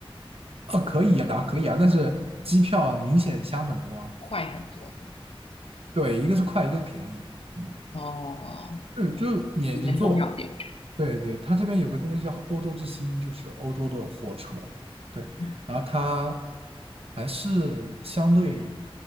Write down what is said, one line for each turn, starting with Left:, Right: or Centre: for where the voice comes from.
Right: 哦，可以啊，可以啊，但是机票明显香很多啊。
Left: 快很多。
Right: 对，一个是快，一个是便宜。嗯。
Left: 哦，
Right: 嗯，就是你你坐，
Left: 时间重要一点，我觉得。
Right: 对对，它这边有个东西叫欧洲之星，就是欧洲的火车，对，
Left: 嗯
Right: 然后它还是相对